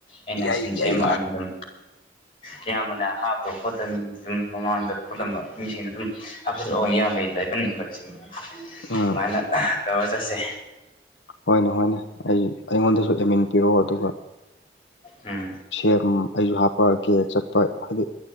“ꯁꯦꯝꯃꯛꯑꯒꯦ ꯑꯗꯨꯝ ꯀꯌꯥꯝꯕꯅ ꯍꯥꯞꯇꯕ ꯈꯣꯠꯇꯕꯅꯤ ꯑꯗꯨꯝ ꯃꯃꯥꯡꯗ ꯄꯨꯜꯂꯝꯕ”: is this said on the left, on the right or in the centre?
Left